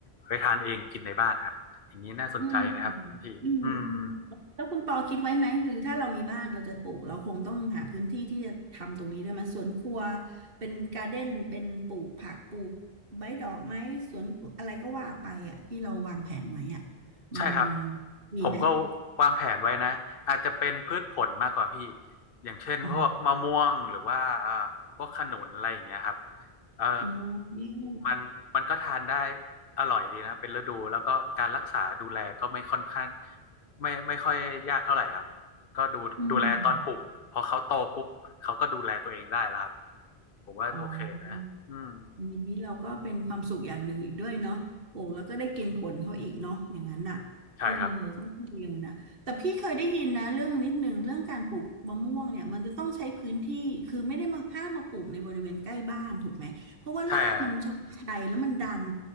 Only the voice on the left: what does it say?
ไว้ทานเองกินในบ้านครับอย่างนี้น่าสนใจนะครับคุณพี่อืม
ใช่ครับ
ผมก็วางแผนไว้นะอาจจะเป็นพืชผลมากกว่าพี่อย่างเช่นพวกมะม่วงหรือว่าเอ่อพวกขนุนอะไรอย่างเงี้ยครับ
เอ่อ
มันมันก็ทานได้อร่อยดีนะเป็นฤดูแล้วก็การรักษาดูแลก็ไม่ค่อนข้างไม่ไม่ค่อยยากเท่าไหร่ครับก็ดูดูแลตอนปลูกพอเขาโตปุ๊บเขาก็ดูแลตัวเองได้แล้วครับ
ผมว่าโอเคนะอืม
ใช่ครับใช่ฮะ